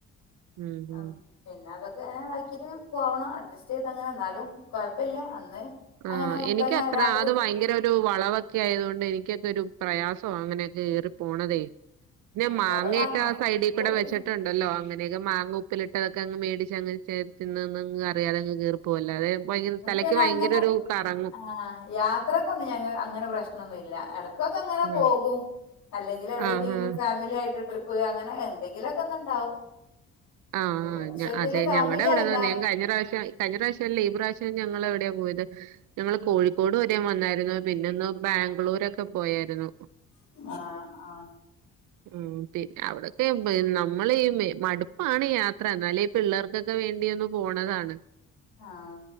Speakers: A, on the right; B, on the left.
A: ഉം
B: ആഹ്
A: ഉം
B: പിന്നെ അതൊക്കെ അങ്ങനെ ഇതാക്കിട്ട് പോവണം അഡ്ജസ്റ്റ് ചെയ്ത് അങ്ങനെ എന്നാലും കൊഴപ്പമില്ല അന്ന് അങ്ങനെ
A: ആഹ്
B: മുത്തങ്ങ
A: എനിക്കത്ര
B: രാത്രി
A: അത് ഭയങ്കര. ഒരു വളവൊക്കെ ആയത് കൊണ്ട് എനിക്കൊക്കെ ഒരു പ്രയാസാ അങ്ങനെയൊക്കെ കയറി പോണതെ. പിന്നെ
B: ഇവിടെ
A: മാങ്ങയൊക്കെ
B: താമ ആഹ്
A: ആ സൈഡി കൂടെ
B: എനിക്ക്
A: വെച്ചിട്ടുണ്ട്. ഉണ്ടല്ലോ അങ്ങനെയൊക്കെ മാങ്ങ ഉപ്പിലിട്ടതൊക്കെ അങ്ങ് മേടിച്ച് അങ്ങ് ചേ തിന്ന്. അറിയ്യാതങ്ങ് കേറി പോകല്ലാതെ ഭയങ്കര തലയ്ക്ക്
B: പിന്നെ
A: ഭയങ്കര
B: അങ്ങനെ
A: ഒരു കറങ്ങും.
B: ആഹ് യാത്രക്കൊന്നും ഞങ്ങ അങ്ങനെ പ്രശ്നൊന്നുല്ല. കൊക്കെ അങ്ങനെ
A: ഉം
B: പോകും അല്ലെങ്കിൽ എവിടെക്കെങ്കിലും
A: ആഹ് ആഹ്
B: ഫാമിലി ആയിട്ട് ട്രിപ്പ് അങ്ങനെ എന്തെങ്കിലൊക്കെ. ഉണ്ടാവും
A: ആഹ്
B: ഉച്ചത്തില്
A: അതെ
B: ഫാമിലിയാല്ല.
A: ഞങ്ങടെ അവിടെന്ന് തന്നെ ഞാൻ കഴിഞ്ഞ പ്രാവശ്യം കഴിഞ്ഞ പ്രാവശ്യല്ല ഈ പ്രാവിശ്യം ഞങ്ങൾ എവിടെയാ പോയത്? ഞങ്ങള് കോഴിക്കോട് വരെ വന്നായിരുന്നു പിന്നെ ഒന്ന് ബാംഗ്ലൂരൊക്കെ പോയായിരുന്നു.
B: ആഹ് ആഹ്
A: ഉം പിന്നെ അവിടൊക്കെ. <unintelligible> നമ്മള് ഈ മടുപ്പാണ് ഈ യാത്ര എന്നാലും ഈ പിള്ളേർക്കൊക്കെ വേണ്ടി ഒന്ന് പോണതാണ്.
B: ആഹ്